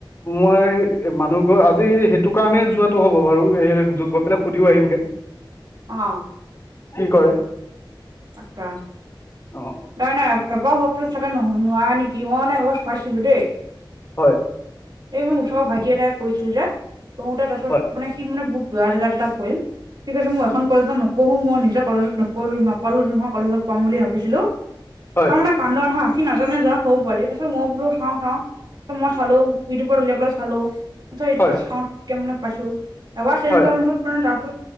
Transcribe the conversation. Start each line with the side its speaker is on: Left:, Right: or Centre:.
Left: মই মানুহ ঘৰ, আজি সেইটো কাৰণেই যোৱাটো হ'ব বাৰু এ যো গৈ পেলাই সুধিও আহিমগে।
Right: অঁ।
Left: কি কৰে।
Right: আচ্ছা,
Left: অ
Right: নাই নাই এইবাও টো চাগে নহ নোৱাৰে নেকি? মই মানে এবাৰ চোৱাইছিলোঁ দেই।
Left: হয়।
Right: এই মোৰ ওচৰৰ ভাইটি এটাই কৰিছিল যে কৰোতে তাৰপিছত
Left: হয়
Right: মানে সি মানে মোক দুটা জেগাত দুটা পৰিল। সি কৈছে মই এখন কলেজত নপঢ়ো, মই নিজৰ কলেজত নপঢ়ি ন কলো নহয় কলেজত কম বুলি ভাবিছিলোঁ।
Left: হয়
Right: তাৰমানে কান্দন হাঁ সি নাজানে যে সৰু পোৱালি তাৰপিছত মই বোলো চাওঁ চাওঁ। ত ' মই চালো, ইউটিউবত উলিয়াই পেলাই চালোঁ। এটা ইউটিউবত
Left: হয়
Right: চাওতে মানে পাইছোঁ। এবাৰ চেঞ্জ
Left: হয়
Right: কৰা পিছত মানে তাৰপিছত